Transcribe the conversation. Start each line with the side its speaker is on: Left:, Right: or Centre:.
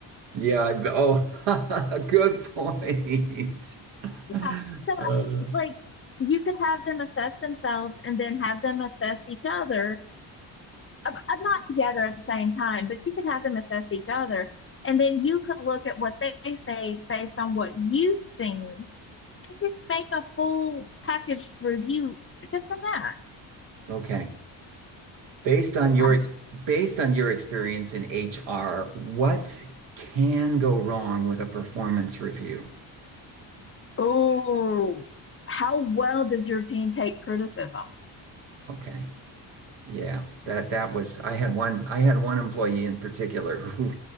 Right: Yeah, I, oh, <laughs> good point. <laughs>
Left: <laughs> Yeah. So,
Right: Uh,
Left: I mean, like, you could have them assess themselves and then have them assess each other. Uh, uh, not together at the same time, but you could have them assess each other. And then you could look at what they say based on what you've seen and just make a full package review just from that.
Right: okay. Based on your
Left: Yeah.
Right: ex based on your experience in HR, what can go wrong with a performance review?
Left: Oh, how well does your team take criticism?
Right: Okay. Yeah, that that was I had one I had one employee in particular <laughs> who